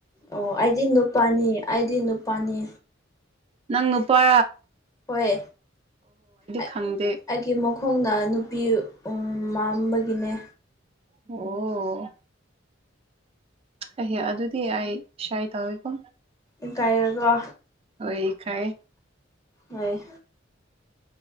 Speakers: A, on the left (about 15°); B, on the right (about 30°).
A: ꯑꯣ ꯑꯩꯗꯤ ꯅꯨꯄꯥꯅꯤ ꯑꯩꯗꯤ ꯅꯨꯄꯥꯅꯤ
B: ꯅꯪ ꯅꯨꯄꯥ
A: ꯍꯣꯏ ꯑ
B: ꯈꯪꯗꯦ
A: ꯑꯩꯒꯤ ꯃꯈꯣꯡꯅ ꯅꯨꯄꯤ ꯃꯝꯕꯒꯤꯅꯦ
B: ꯑꯣ ꯑꯩꯍꯦ ꯑꯗꯨꯗꯤ ꯑꯩ ꯁꯥꯏ ꯇꯧꯋꯦꯀꯣ
A: ꯏ ꯀꯥꯏꯔꯒ
B: ꯍ‌ꯣꯏ ꯏꯀꯥꯏ
A: ꯍ‌ꯣꯏ